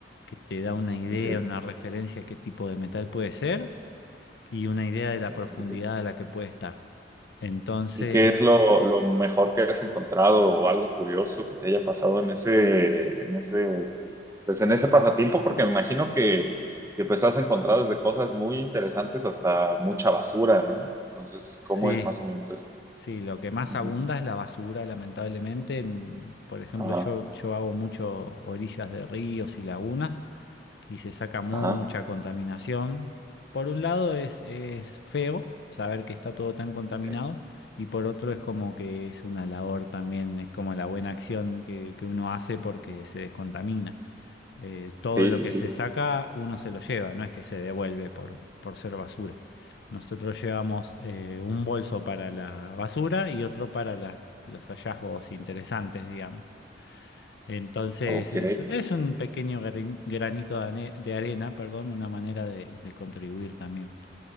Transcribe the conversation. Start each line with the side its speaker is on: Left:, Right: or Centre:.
Left: que te da una idea,
Right: ok,
Left: una referencia a qué tipo de metal puede ser y una idea de la
Right: ok,
Left: profundidad
Right: ok.
Left: a la que puede estar. Entonces,
Right: ¿Y qué es lo, lo mejor que has encontrado o algo curioso que te haya pasado en ese, en ese, pues en ese pasatiempo? Porque me imagino que, que pues has encontrado desde cosas muy interesantes hasta mucha basura, ¿no? Entonces,
Left: sí,
Right: ¿cómo es más o menos eso?
Left: sí, lo que más
Right: Ujú.
Left: abunda es la basura, lamentablemente. En- por ejemplo,
Right: Ajá,
Left: yo, yo hago mucho orillas de ríos y lagunas. y se saca mucha
Right: ajá.
Left: contaminación. Por un lado es, es feo saber que está todo tan contaminado
Right: ok.
Left: y por otro es como que es una labor también, es como la buena acción que, que uno hace porque se descontamina. Eh, todo
Right: Sí,
Left: lo
Right: sí,
Left: que
Right: sí.
Left: se saca uno se lo lleva, no es que se devuelve por, por ser basura. Nosotros llevamos eh, un bolso para la basura y otro para las- los hallazgos interesantes, digamos. Entonces
Right: Ok.
Left: es, es un pequeño grin- granito de, ane- de arena, perdón, una manera de, de contribuir también